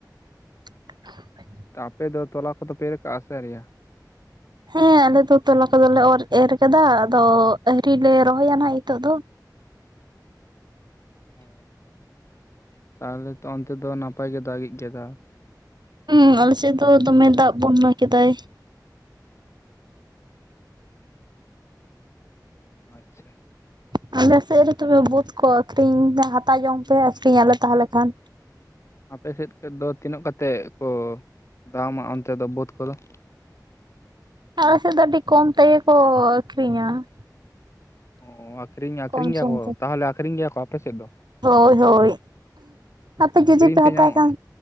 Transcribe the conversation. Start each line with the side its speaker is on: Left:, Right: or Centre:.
Right: <inaudible>
Left: ᱛᱟ ᱟᱯᱮ ᱫᱚ ᱛᱚᱞᱟ ᱠᱚᱫᱚ ᱯᱮ ᱮᱨ ᱠᱟᱜᱼᱟ ᱥᱮ ᱟᱣᱨᱤᱭᱟ?
Right: ᱦᱮᱸ ᱟᱞᱮ ᱫᱚ ᱛᱚᱞᱟ ᱠᱚᱫᱚᱞᱮ ᱚᱨ ᱮᱨ ᱠᱟᱫᱟ ᱟᱫᱚ ᱟᱣᱨᱤ ᱞᱮ ᱨᱚᱦᱚᱭᱟ ᱱᱟᱦᱟᱜ ᱦᱤᱛᱚᱜ ᱫᱚ᱾
Left: ᱚ ᱛᱟᱦᱚᱞᱮ ᱛᱚ ᱚᱱᱛᱮ ᱫᱚ ᱱᱟᱯᱟᱭ ᱜᱮ ᱫᱟᱜᱤᱡ ᱜᱮᱭᱟᱭ ᱫᱟ᱾
Right: ᱦᱩᱸᱻ ᱟᱞᱮᱥᱮᱫ ᱫᱚ ᱫᱚᱢᱮ ᱫᱟᱜ ᱵᱚᱱᱱᱟ ᱠᱮᱫᱟᱭ᱾
Left: ᱟᱪᱪᱷᱟ
Right: ᱟᱞᱮ ᱥᱮᱡ ᱨᱮ ᱛᱚᱵᱮ ᱵᱩᱫᱽ ᱠᱚ ᱟᱹᱠᱷᱨᱤᱧ ᱦᱟᱛᱟᱣ ᱡᱚᱝ ᱯᱮ ᱟᱨ ᱯᱮ ᱧᱮᱞᱟ ᱛᱟᱦᱚᱞᱮ ᱠᱷᱟᱱ᱾
Left: ᱟᱯᱮ ᱥᱮᱫ ᱠᱚ ᱫᱚ ᱛᱤᱱᱟᱹᱜ ᱠᱟᱛᱮ ᱠᱚ ᱫᱟᱢᱟ ᱚᱱᱛᱮ ᱫᱚ ᱵᱟᱹᱫᱽ ᱠᱚᱫᱚ?
Right: ᱟᱞᱮ ᱥᱮᱫ ᱫᱚ ᱟᱹᱰᱤ ᱠᱚᱢ ᱛᱮᱜᱮ ᱠᱚ ᱟᱠᱷᱨᱤᱧᱟ ᱾
Left: ᱚ, ᱟᱹᱠᱷᱨᱤᱧ ᱟᱹᱠᱷᱨᱤᱧ
Right: ᱠᱚᱢ
Left: ᱜᱮᱭᱟ
Right: ᱥᱚᱢ
Left: ᱠᱚ
Right: ᱛᱮ
Left: ᱛᱟᱦᱚᱞᱮ ᱟᱠᱷᱨᱤᱧ ᱜᱮᱭᱟ ᱠᱚ ᱟᱯᱮ ᱥᱮᱫ ᱫᱚ?
Right: ᱦᱳᱭ, ᱦᱳᱭ᱾ ᱟᱯᱮ ᱡᱩᱫᱤ
Left: ᱠᱤᱨᱤᱧ
Right: ᱯᱮ
Left: ᱛᱮ
Right: ᱦᱟᱛᱟᱣ
Left: ᱧᱟᱢᱚᱜᱼᱟ?
Right: ᱠᱷᱟᱱ